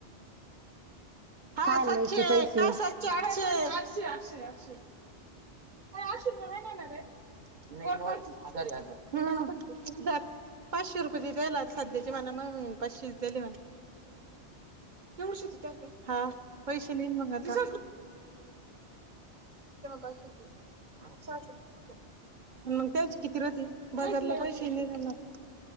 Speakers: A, on the right; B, on the right.
A: हा
B: काय आणायचे
A: सातशे
B: पैसे
A: का सातशे आठशे आठशे आठशे <unintelligible> पाचशे रुपये दि दलात सध्याचे म्हना मग पाचशे दिली म्हण एवढीशी होती त्यात काय पैसे नाही मग आता <unintelligible> मग चालतंय की मंग त्याची किती राती बाजारला पैशे ही नाही राहणार